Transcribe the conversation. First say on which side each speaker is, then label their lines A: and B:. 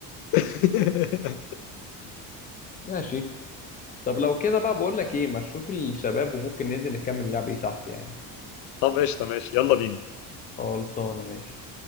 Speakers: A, on the left (about 70°); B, on the left (about 20°).
A: <laughs>
B: <laughs> ماشي طب لو كده بقى بقول لك ايه ما تشوف الشباب وممكن ننزل نكمل اللعبة دي تحت يعني
A: طب قشطة ماشي يلا بينا
B: خلصانة ماشي